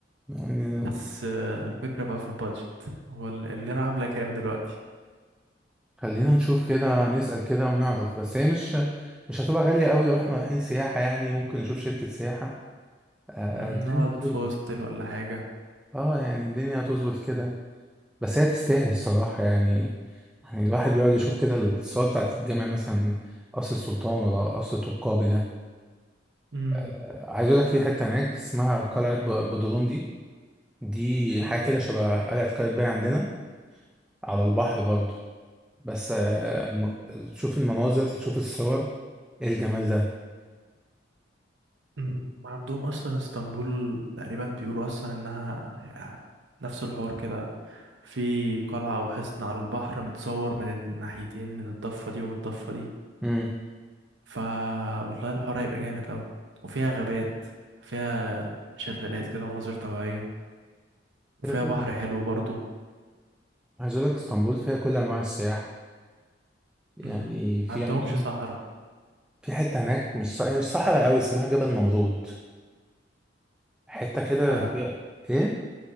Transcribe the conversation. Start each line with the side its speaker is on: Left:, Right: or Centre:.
Centre: يعني
Right: بس آه الفكرة بقى في البادجت هو ال- الليرة عاملة كام دلوقتي
Centre: خلينا نشوف كده نسأل كده ونعرف بس هي مش مش هتبقى غاليه قوي لو احنا رايحين سياحه يعني ممكن نشوف شركه سياحه آه،
Right: مم،
Centre: الدنيا
Right: نقعد
Centre: هتظبط
Right: في هوستل ولا حاجة
Centre: اه يعني الدنيا هتظبط كده بس هي تستاهل الصراحة يعني يعني الواحد بيقعد يشوف كده الصور بتاعت الجامع مثلا قصر السلطان ولا قصر طوبقابي ده
Right: مم.
Centre: آه، عايز اقول لك في حتة هناك اسمها قلعة ب- بدروم دي دي حاجة كده شبه قلعة قايتباي عندنا على البحر برضو بس آه، الم... تشوف المناظر تشوف الصور ايه الجمال ده
Right: مم. وعندهم اصلا اسطنبول تقريبا بيقولوا اصلا انها نفس الحوار كده في قلعة او حصن على البحر متصور من الناحيتين من الضفة دي ومن الضفة دي
Centre: امم
Right: فا والله الحوار هيبقى جامد اوي وفيها غابات فيها شلالات كده ومناظر طبيعية وفيها
Centre: كده كده
Right: بحر حلو برضو
Centre: عايز اقول لك اسطنبول فيها كل انواع السياحة يعني
Right: مم.
Centre: في
Right: عندهمش
Centre: عندهم
Right: صحراء
Centre: في حتة هناك مش ص... مش صحراء قوي اسمها جبل نمرود حتة كده
Right: ده
Centre: فيها ايه